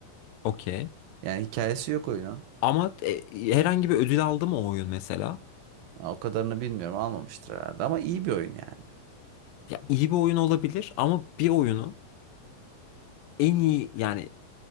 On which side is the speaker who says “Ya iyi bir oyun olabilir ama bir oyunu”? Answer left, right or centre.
Left